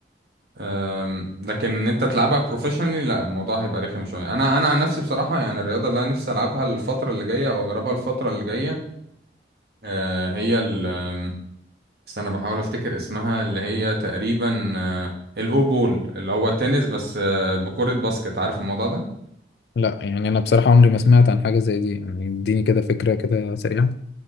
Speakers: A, on the right; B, on the left.
A: آم، لكن ان انت تلعبها بروفيشنالي لا الموضوع هيبقى رخم شوية انا انا عن نفسي بصراحة يعني الرياضة اللي انا نفسي العبها الفترة اللي جاية او اجربها الفترة اللي جاية آه هي ال آم، استنى بحاول افتكر اسمها اللي هي تقريبا آه الاو بول اللي هو تنس بس آه بكرة باسكت عارف الموضوع ده
B: لا يعني أنا بصراحة عمري ما سمعت عن حاجة زي دي يعني اديني كده فكرة كده سريعة